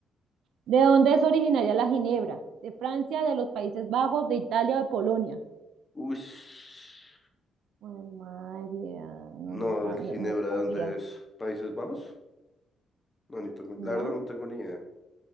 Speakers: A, on the right (about 80°); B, on the left (about 20°).
A: ¿De dónde es originaria la ginebra? ¿De Francia, de los Países Bajos, de Italia o de Polonia?
B: Ush.
A: Ay, María, no,
B: No,
A: no, sa-
B: el
A: no,
B: Ginebra,
A: no
B: ¿de
A: sabía.
B: dónde es? ¿Países Bajos? No, ni tengo, la
A: ¿Será?
B: verdad no tengo ni idea.